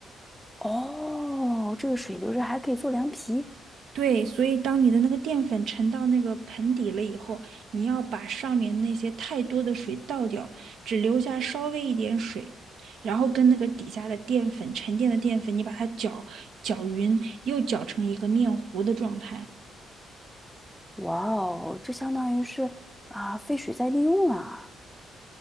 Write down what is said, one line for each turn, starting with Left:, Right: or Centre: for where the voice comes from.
Centre: 哦，这个水留着还可以做凉皮。
Right: 对，所以当你的那个淀粉沉到那个盆底了以后，你要把上面那些太多的水倒掉，只留下稍微一点水，然后跟那个底下的淀粉沉淀的淀粉，你把它搅搅匀，又搅成一个面糊的状态。
Centre: 哇哦，这相当于是啊，废水再利用了啊。